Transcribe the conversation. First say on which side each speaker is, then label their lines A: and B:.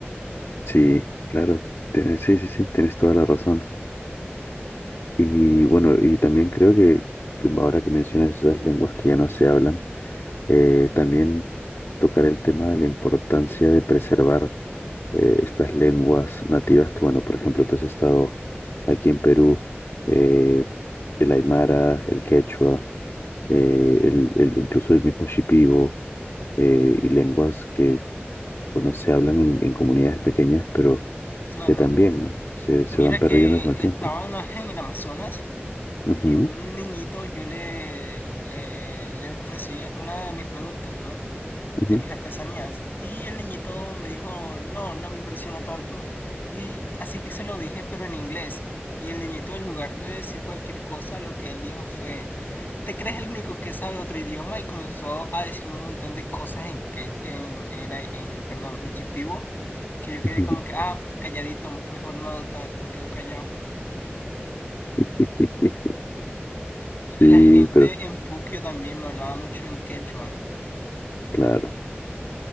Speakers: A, on the left; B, on the left.
A: Sí, claro, tienes- sí, sí, sí, tienes toda la razón. Y bueno, y también creo que que ahora que mencionas esas lenguas que ya no se hablan, Eh, también tocar el tema de la importancia de preservar eh, estas lenguas nativas que, bueno, por ejemplo, tú has estado aquí en Perú, eh, el aymara, el quechua, eh, el, el- incluso el mismo shipibo, eh, y lenguas que, bueno, se hablan en, en comunidades pequeñas, pero
B: Claro,
A: que también, ¿no? Se, se
B: mira
A: van perdiendo
B: que
A: con el tiempo.
B: estaba una vez en el Amazonas
A: Ujú,
B: y un niñito yo le, le, le ofrecí uno de mis productos, ¿no?
A: ujú,
B: de mis artesanías. Y el niñito me dijo, no, no me impresiona tanto. Y así que se lo dije, pero en inglés. Y el niñito, en lugar de decir cualquier cosa, lo que él dijo fue, ¿te crees el único que sabe otro idioma? Y comenzó a decirme un montón de cosas en, que, en, en, en, perdón, en chipivo, que yo quedé
A: ujú.
B: como que, ah, calladito, mejor no adoptar, me quedo callado.
A: <laughs>
B: Y
A: Sí,
B: la gente
A: pero
B: en Puquio también me hablaba mucho en quechua.
A: claro,